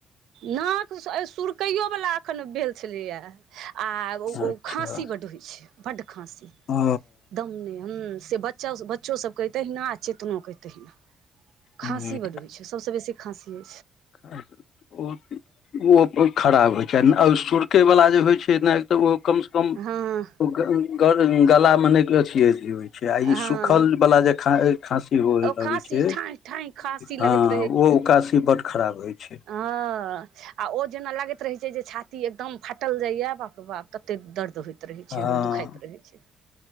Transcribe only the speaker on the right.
नाक एह सुरकैयो वला एखन भेल छलैया आ ओ
खाँसी बड होय छैय बड खाँसी
दम नै हु से बच च बच्चो सब के तहिना चेतनो के तहिना
खाँंसी बड होय छै सबसे बेसी खाँसी <unintelligible>
हँ
हँ
ओ खाँसी
ठाँय ठाँय खाँसी लगैत
हं आ ओ जेना लागैत रहैय छै जे छाती एकदम फाटल जाइया बाप रे बाप तते दर्द होय रहै
छै ओय में दुखाइत रहै छै